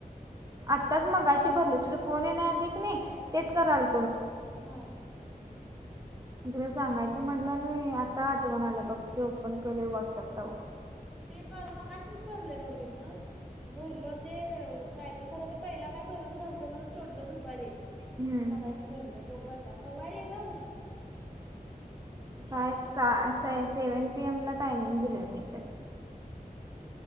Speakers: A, on the right; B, in the centre.
A: आत्ताच मगाशी भरलो तुझ फोन येण्या आधी कीनई तेच कराल
B: हा <inaudible>
A: तुला सांगायचं म्हटलं आणि मी आता आठवण आलं बघ ते ओपन केले व्हॉट्सअप तवा
B: मी पण मगाशीच भरलय ब मी पण भरलो ते वे -- काय काय खरं ते पहिला काय भरण झालतं म्हणून सोडलं दुपारी
A: हम्म
B: आणि मगाशी भरल बघू ता का वारे ग
A: काय <unintelligible> सेव्हन पीएम ला टायमिंग दिलोय मी तर